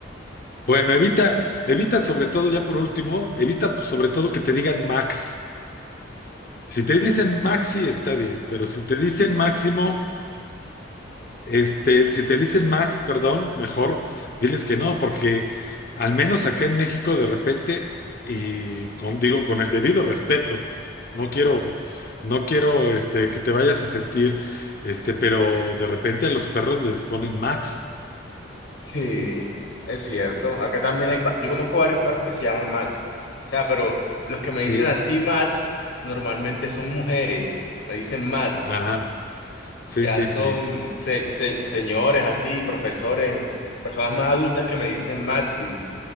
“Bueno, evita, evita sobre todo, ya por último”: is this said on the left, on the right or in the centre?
Left